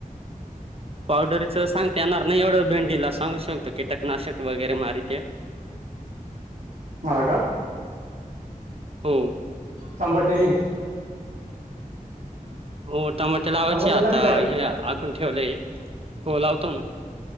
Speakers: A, on the right; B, on the right.
A: पावडरचं सांगता येणार नाही, एवढं भेंडीला सांगू शकतो कीटकनाशक वगैरे मार ते-
B: मार का <unintelligible>
A: हो.
B: चांवडेली <unintelligible>
A: हो. टमाटे लावायचे
B: तंबाटेला
A: आता,
B: विचार
A: हे आकून ठेवलय हो लावतो ना,